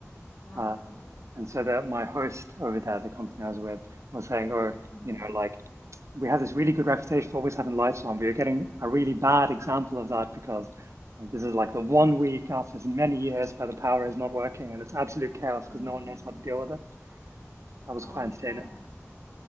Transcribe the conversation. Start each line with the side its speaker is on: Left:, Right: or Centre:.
Left: Wow.
Right: Uh, and so that my host over there, the company I was with, was saying, "Oh,
Left: Mm,
Right: you know, like." we have this really good reputation for always having lights on. We are getting a really bad example of that because uh, this is like the one week after many years where the power is not working and it's absolute chaos because
Left: mm.
Right: no one knows how to deal with it. That was
Left: Oh,
Right: quite entertaining.
Left: bless.